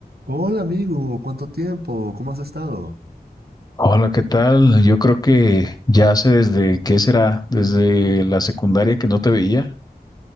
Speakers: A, on the right; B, on the left.
A: Hola amigo, ¿cuánto tiempo? ¿Cómo has estado?
B: Hola, ¿qué tal? Yo creo que ya hace desde, ¿qué será? Desde la secundaria que no te veía.